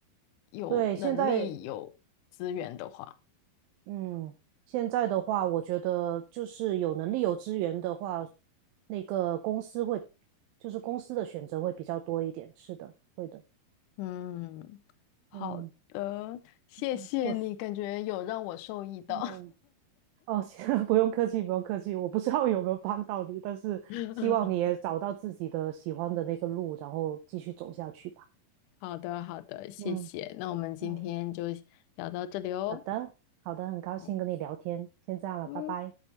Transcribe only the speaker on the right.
对，现在，嗯，现在的话，我觉得就是有能力、有资源的话，那个公司会，就是公司的选择会比较多一点。是的，会的。
嗯，
嗯，我是，
嗯。哦，行，<laughs> 不用客气，不用客气。我不知道有没有帮到你，但是希望你也找到自己的喜欢的那个路，
然后继续走下去吧。
嗯
嗯，
好的，好的，很高兴跟你聊天，
先这样了，
拜拜。